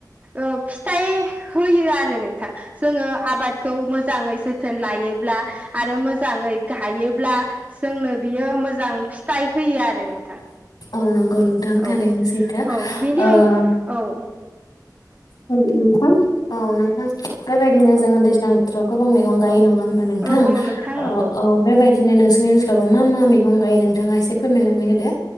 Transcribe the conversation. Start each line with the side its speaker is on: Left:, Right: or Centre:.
Right: ओ फिथाइ होयो आरो नोंथां जोङो आबादखौ मोजां मोजाङै जोथोन लायोब्ला आरो मोजां मोजाङै गायो ब्ला जोंनो बियो जोंनो बियो मोजां फिथा थाय होयो आरो नोंथां
Left: <unintelligible> थारैनो
Right: औ
Left: सैथो
Right: औ बिनि
Left: ओ
Right: अनगा औ
Left: औ नोंथां औ नोंथां बेबा बायदिनो
Right: औ
Left: जोङो दैज्लां बो थोराव गोबां मैगं गायो नङा होमबा नोंथां
Right: औ
Left: होमबा
Right: औ नंगौ
Left: नोंथां ओ बेबायदिनो नोंसोरनि सोराबा मा मा मैगं गायो नोंथाङा एसे फोरमायनानै होदो